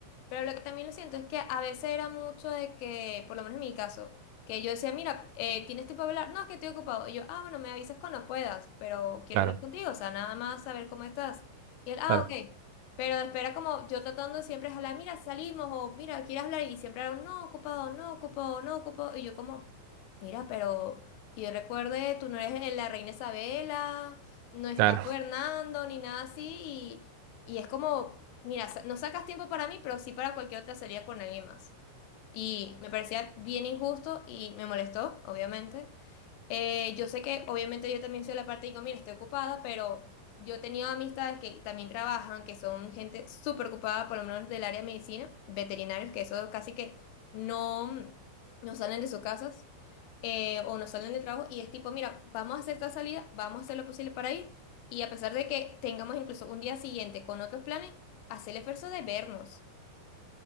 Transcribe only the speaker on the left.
pero lo que también lo siento es que a veces era mucho de que, por lo menos en mi caso, que yo decía, mira, eh, ¿tienes tiempo para hablar? No, es que estoy ocupado. Y yo, ah, bueno, me avisas cuando puedas, pero quiero
hablar contigo, o sea, nada más saber cómo estás. Y él, ah,
ok. Pero espera como yo tratando de siempre es hablar, mira, salimos, o mira, ¿quieres hablar? Y siempre era un no, ocupado, no, ocupado, no, ocupado. Y yo como, mira, pero que yo recuerde, tú no eres eh, la reina Isabela, no estás
gobernando, ni nada así, y es como, mira, sa- no sacas tiempo para mí, pero sí para cualquier otra salida con alguien más. Y me parecía bien injusto y me molestó, obviamente. Eh, yo sé que obviamente yo también soy la parte y digo, mira, estoy ocupada, pero yo he tenido amistades que también trabajan, que son gente súper ocupada, por lo menos del área de medicina, veterinarios, que eso casi que no, mm, no salen de sus casas eh, o no salen de trabajo y es tipo, mira, vamos a hacer esta salida, vamos a hacer lo posible para ir y a pesar de que tengamos incluso un día siguiente con otros planes, hacer el esfuerzo de vernos.